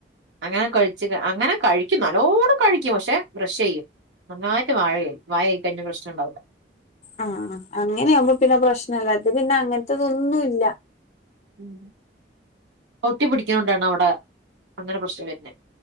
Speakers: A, on the right; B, on the left.
A: അങ്ങനെ കഴിച്ചച്ച് അങ്ങനെ കഴിക്കും നല്ലോണം കഴിക്കും പക്ഷെ ബ്രഷ് ചെയ്യും നന്നായിട്ട് വഴ വായ കഴുകി കഴിഞ്ഞ പ്രശ്നം ഇണ്ടവില്ല
B: ആ അങ്ങനെയ ആകുമ്പോ പിന്നെ പ്രശ്നല്ലാത് പിന്നെ അങ്ങനത്തെതൊന്നും ഇല്ല
A: ഉം ഒട്ടി പിടിക്കണണ്ടാണ് അവിടെ അങ്ങനെ പ്രശ്നം വരുന്നെ